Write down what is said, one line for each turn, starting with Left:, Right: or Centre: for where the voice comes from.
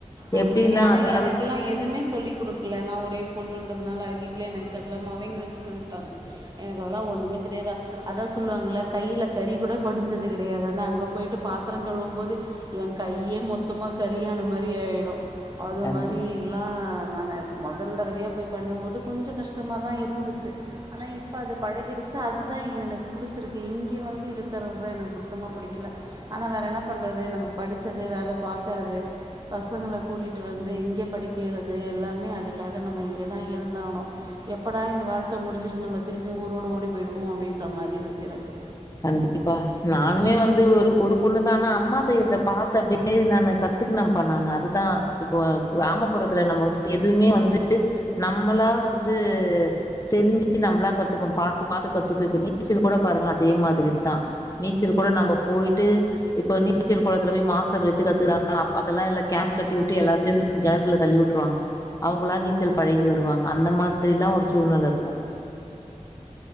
Right: ஆஹ்
Left: எப்டின்னா
Right: ஏனா
Left: அது
Right: எனக்குலா
Left: அது
Right: எதுமே சொல்லி் குடுக்ல நா ஒரே பொண்ணுன் ன்றதுனால வீட்லே என்னை செல்லமாவே இங்க வெச்சுனுருந்துட்டாங்க எனக்கு அதெல்லா ஒன்னுமே தெரியாதா அதா சொல்லுவாங்கள கைல கரிகூட படிஞ்சது கெடையாது ஆனா அங்க போயிட்டு பாத்தரங் கழுவும் போது எ கையே மொத்தமா கரியான மாரி ஆய்ட் டு அதோ
Left: கண்டி
Right: மாரிலா நான்னு மொதல் தடவையா போய் பண்ணும் போது கொஞ்ச கஷ்டமாதா இருந்துச்சு ஆனா இப்ப அது பழகிடுச்சு அத் துதா எ எனக் புடிச்சிருக்கு இங்கே வந்து இருக்கறவுதுதா எனக்கு சுத்தமா புடிக்கிலே ஆனா வேற என்னாப் பண்றது நம்மே படிச்சது வேலே பாக்கறது பசங்களே கூட்டிட்டு வந்து இங்கே படிக்கீறது எல்லாமே அதுக்காக நம்மே இங்கேதா இருந்தாவுணோ எப்படா இந்தே வாழ்க்கே முடிஞ்சுர்ட்டு நம்மே திருப்பியூ ஊரோட ஓடி போயிடுவோ அப்டின்ற மாரி இருக் கெனக்கு
Left: கண்டிப்பா நானுமே வந்து ஒரு ஒரு பொண்ணு தானா அம்மா செயிற்தே பாத்தப்டே நானு கத்துக்கினம்பா நானூ அதுதா இப்போ அது வெயாமப்புறத்துலே நம்மோ வந்து எதுமே வந்துட்டு நம்மளா வந்தூ தெரிஞ்சு நம்ளா கத்துப்போ பாத்து பாத்து கத்போ இப்ப நீச்சல் கோட பாருங்களேன் தே மாதிரிதா நீச்சல் கூட
Right: ஆ,
Left: நம்போ போயிட்டு இப்ப நீச்சல் கொளத்துல போயி மாஸ்டர் வெச்சு கத்துக்றாங்ளா அப் அதெல்லா இல்லே கேன் கட்டி உட்டு எல்லாத்தின் கேணத்துலே தள்ளீ உட்ருவாங்கே அவுங்கல்லா
Right: ம்,
Left: நீச்சல் பழகி வருவாங்கே அந்தே மார்திரிலா ஒரு சூழ்நெல இர்க்கோ